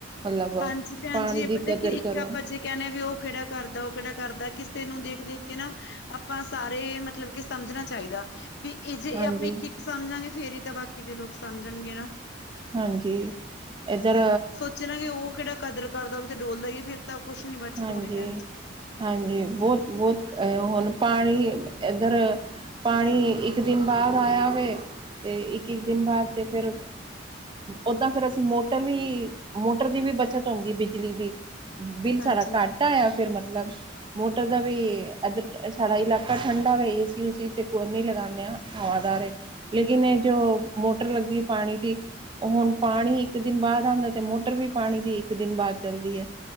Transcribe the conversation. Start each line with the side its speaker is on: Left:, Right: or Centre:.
Right: ਮਤਲਬ
Left: ਹਾਂਜੀ ਪੈਣਜੀ
Right: ਪਾਣੀ
Left: ਇਹ
Right: ਦੀ
Left: ਪਤਾ
Right: ਕਦਰ
Left: ਕਿ ਇੱਕ
Right: ਕਰੋ
Left: ਆਪਾਂ ਜੇ ਕਹਿਣੇ ਵੀ ਉਹ ਕਿਹੜਾ ਕਰਦਾ-ਉਹ ਕਿਹੜਾ ਕਰਦਾ ਕਿਸੇ ਨੂੰ ਦੇਖ-ਦੇਖ ਕੇ ਨਾ ਆਪਾਂ ਸਾਰੇ ਮਤਲਬ ਕਿ ਸਮਝਣਾ ਚਾਈਦਾ। ਵੀ ਇਹ ਜੇ
Right: ਹਾਂਜੀ
Left: ਆਪਾਂ ਇੱਕ-ਇੱਕ ਸਮਝਾਂਗੇ ਫੇਰ ਹੀ ਤਾਂ ਬਾਕੀ ਦੇ ਲੋਕ ਸਮਝਣਗੇ ਨਾ।
Right: ਹਾਂਜੀ ਐੱਧਰ
Left: ਚਲੋ ਉਹ ਕਿਹੜਾ ਕਦਰ ਕਰਦਾ ਉਹ ਵੀ ਤੇ ਡੋਲਦਾ ਹੀ ਫ਼ਿਰ ਤਾਂ ਕੁਛ ਨੀ ਬੱਚਤ
Right: ਹਾਂਜੀ
Left: ਹੋਣੀ ਪੈਣ ਜੀ।
Right: ਹਾਂਜੀ ਬਹੁਤ-ਬਹੁਤ ਐ ਹੁਣ ਪਾਣੀ ਇੱਧਰ ਪਾਣੀ ਇੱਕ ਦਿਨ ਬਾਅਦ ਆਇਆ ਵੇ ਤੇ ਇੱਕ-ਇੱਕ ਦਿਨ ਬਾਅਦ ਤੇ ਫਿਰ ਅ ਓਦਾਂ ਫਿਰ ਅਸੀਂ ਮੋਟਰ ਵੀ ਮੋਟਰ ਦੀ ਵੀ ਬੱਚਤ ਹੁੰਦੀ ਹੈ ਬਿਜਲੀ ਦੀ, ਬਿੱਲ
Left: ਹਾਂਜੀ,
Right: ਸਾਡਾ ਘੱਟ ਆਯਾ ਫਿਰ ਮਤਲਬ ਮੋਟਰ ਦਾ ਵੀ ਇਧਰ, ਸਾਡਾ ਇਲਾਕਾ ਠੰਡਾ ਵੇ ਏਸੀ ਉਸੀ ਤੇ ਕੋਈ ਨੀ ਲਗਾਨੇ ਆ। ਹਵਾਦਾਰ ਐ ਲੇਕਿਨ ਇਹ ਜੋ ਮੋਟਰ ਲੱਗਦੀ ਏ ਪਾਣੀ ਦੀ ਉਹ ਹੁਣ ਪਾਣੀ ਇੱਕ ਦਿਨ ਬਾਅਦ ਆਂਦਾ ਤੇ ਮੋਟਰ ਵੀ ਪਾਣੀ ਦੀ ਇੱਕ ਦਿਨ ਬਾਅਦ ਚੱਲਦੀ ਐ।